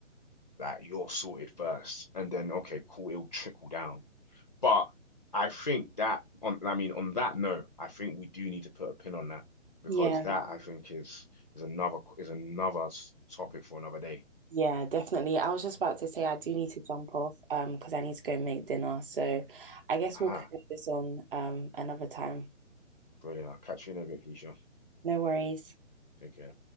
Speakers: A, on the left; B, on the right.
A: like you're sorted first, and then okay, cool, it'll trickle down. But I think that on, I mean, on that note, I think we do need to put a pin on that because
B: Yeah.
A: that I think is is another is another topic for another day.
B: Yeah, definitely. I was just about to say I do need to jump off um because I need to go and make dinner. So I guess
A: Ah,
B: we'll carry this on um another time.
A: brilliant. I'll catch you in a bit, Keisha.
B: No worries.
A: Take care.